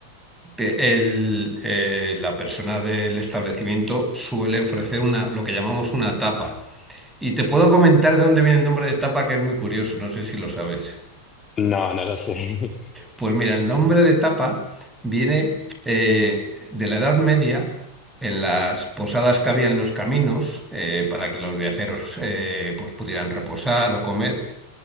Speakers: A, in the centre; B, on the left.
A: que el, eh, la persona del establecimiento suele ofrecer una, lo que llamamos una tapa. Y te puedo comentar de dónde viene el nombre de tapa, que es muy curioso, no sé si lo sabes.
B: No, no lo sé. <laughs>
A: Pues mira, el nombre de tapa viene eh, de la Edad Media, en las posadas que había en los caminos, eh, para que los viajeros eh, pues pudieran reposar o comer.